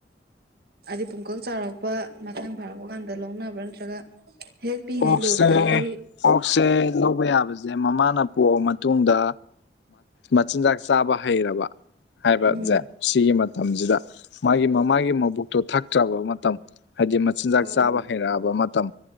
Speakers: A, on the right (about 60°); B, on the left (about 75°).
A: ꯍꯥꯏꯗꯤ ꯄꯨꯡꯀꯛ ꯆꯥꯔꯛꯄ ꯃꯇꯥꯡ ꯐꯥꯔꯛꯄ ꯀꯥꯟꯗ ꯂꯧꯅꯕ꯭ꯔꯥ ꯅꯠꯇ꯭ꯔꯒ ꯍꯦꯛ ꯄꯤꯛꯏꯉꯩ
B: ꯑꯣꯛꯁꯦ
A: ꯂꯣꯏꯕꯗꯒꯤ
B: ꯑꯣꯛꯁꯦ ꯂꯧꯕ ꯌꯥꯕꯁꯦ ꯁꯦ ꯃꯃꯥꯅ ꯄꯣꯛꯂ ꯃꯇꯨꯡꯗ ꯃꯆꯤꯟꯖꯥꯛ ꯆꯥꯕ ꯍꯩꯔꯕ ꯍꯥꯏꯕꯖꯦ
A: ꯎꯝ
B: ꯁꯤꯒꯤ ꯃꯇꯝꯖꯤꯗ ꯃꯥꯒꯤ ꯃꯃꯥꯒꯤ ꯃꯕꯨꯛꯇꯣ ꯊꯛꯇ꯭ꯔꯕ ꯃꯇꯝ ꯍꯥꯏꯗꯤ ꯃꯆꯤꯟꯖꯥꯛ
A: ꯑꯣ
B: ꯆꯥꯕ ꯍꯩꯔꯛꯑꯕ ꯃꯇꯝ